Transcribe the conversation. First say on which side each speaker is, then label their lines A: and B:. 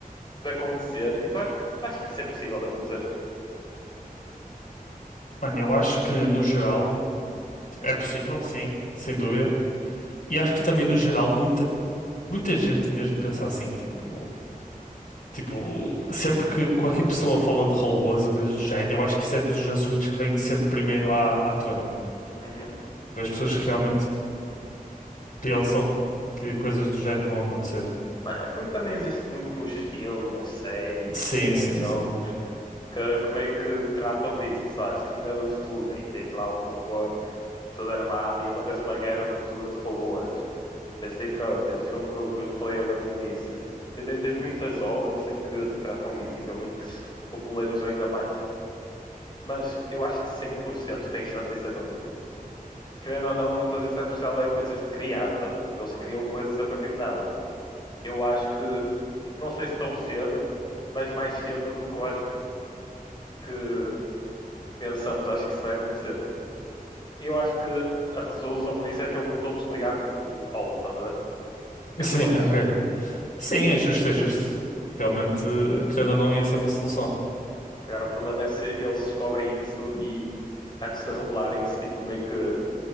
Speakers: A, on the left; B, on the left.
A: de acontecer. E tu, tu achas que isso é possível de acontecer?
B: Mano, eu acho que, no geral.
A: Hum,
B: É possível, sim, sem dúvida. E acho que também, no geral, muita, muita gente mesmo pensa assim, tipo, tipo, sempre que qualquer pessoa fala de robôs e coisas do género, eu acho que isso é dos assuntos que vem sempre primeiro à, à tona.
A: uhum.
B: Tipo, as pessoas realmente pensam que coisas do género vão acontecer.
A: É porque também existem muitos filmes, séries,
B: Sim,
A: até
B: sim,
A: jogos
B: sim.
A: que, que meio que tratam disso. E, sei lá, Exterminador do Futuro, hein? que tens lá o robô todo armado e acontece uma guerra no futuro de robôs. Tens Detroit, tens o filme que, eu- que eu falei agora no início. E tem- tens muitas obras em que retratam isso, então meio que se popularizou ainda mais. Mas eu acho que 100% tem chance disso acontecer. Tipo, querendo ou não, a inteligência artificial é coisas de criar, tá? a ver? tipo, eles criam coisas a partir de nada. Eu acho que, não sei se tão cedo, mas mais cedo do que eu acho que, que- que pensamos, acho que isso vai acontecer. Eu acho que a resolução para isso é ter um botão de desligar, tipo, all, estás a ver? O que
B: <laughs>
A: é
B: Sim,
A: que tu achas?
B: ok. Sim, é justo, é justo. Realmente, eh, querendo ou não, ia ser uma solução.
A: Agora, o problema é se eles descobrem isso e, antes de revelarem isso, tipo, meio que,